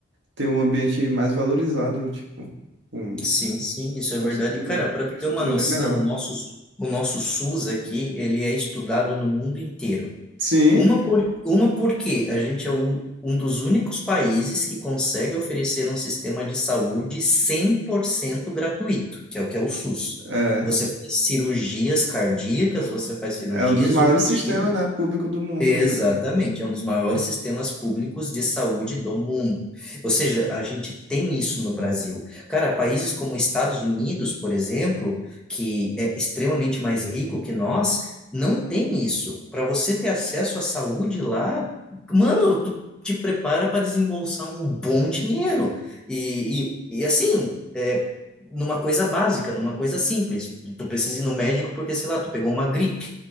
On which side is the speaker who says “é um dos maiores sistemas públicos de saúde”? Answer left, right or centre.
Centre